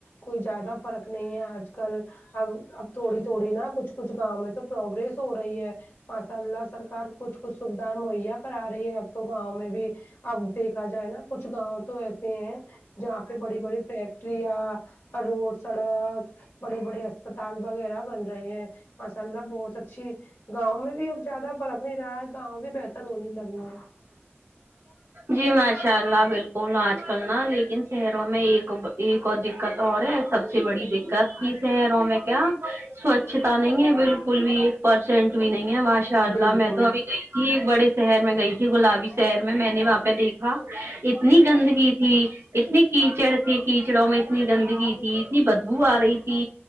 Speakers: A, on the left; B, on the right.
A: کوئی زیادہ فرق نہیں ہے آج کل ہم اب تھوڑی تھوڑی نا کچھ کچھ گاؤں میں تو پروگریس ہو رہی ہے ماشاء اللہ سرکار کچھ کچھ سکھدان موہیا کہڑا رہی ہے اب تو گاؤں میں بھی اب دیکھا جائے نا کچھ گاؤں تو ایسے ہیں جہاں پہ بڑی بڑی فیکٹریاں روڈ سڑک بڑے بڑے اسپتال وغیرہ بن رہے ہیں ماشاء اللہ بہت اچھی گاؤں میں بھی اب زیادہ فرق نہیں رہا ہے گاؤں بھی بہتر ہونے لگے ہیں کیا
B: جی ماشاء اللہ بالکل آج کل نا لیکن شہروں میں ایک ب ایک اور دکت اور ہے سب سے بڑی دقت تھی شہروں میں کیا سوچھتا نہیں ہے بالکل بھی ایک پرسینٹ بھی نہیں ہے ہمار ان شاء اللہ
A: بالکل
B: میں تو ابھی گئی تھی ایک بڑے شہر میں گئی تھی گلابی شہیر میں میں نے وہاں پے دیکھا اتنی گندگی تھی اتنے کیچڑ تھے کیچڑوں میں اتنی گندگی تھی اتنی بدبو آرہی تھی